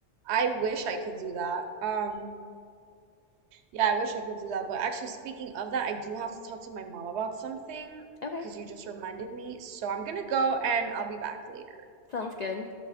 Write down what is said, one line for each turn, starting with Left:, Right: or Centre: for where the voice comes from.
Right: I wish I could do that. Um, yeah, I wish I could do that. But actually, speaking of that, I do have to talk to my mom about something
Left: Okay,
Right: because you just reminded me. So I'm gonna go and I'll be back later.
Left: sounds good.